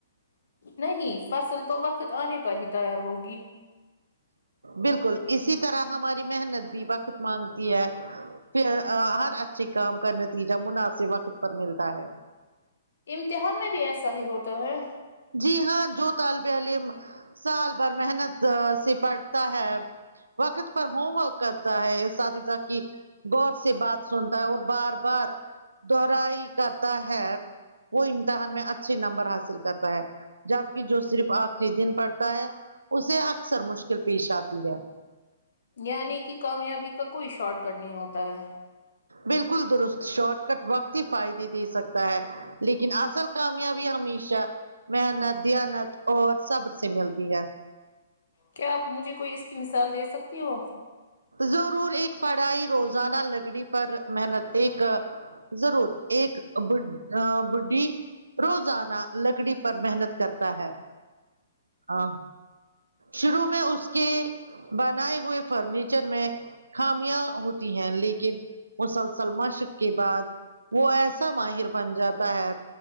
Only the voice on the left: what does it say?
نہیں فصل تو وقت آنے پر ہی تیار ہوگی
امتحان میں بھی ایسا ہی ہوتا ہے
یعنی کہ کامیابی کا کوئی شارٹ کٹ نہیں ہوتا ہے
کیا آپ مجھے کوئی اس کی مثال دے سکتی ہو